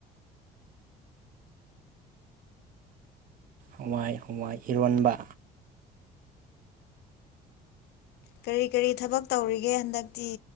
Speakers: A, on the right; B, on the left.
A: ꯍꯨꯋꯥꯏ ꯍꯨꯋꯥꯏ ꯏꯔꯣꯟꯕ
B: ꯀꯔꯤ ꯀꯔꯤ ꯊꯕꯛ ꯇꯧꯔꯤꯒꯦ ꯍꯟꯗꯛꯇꯤ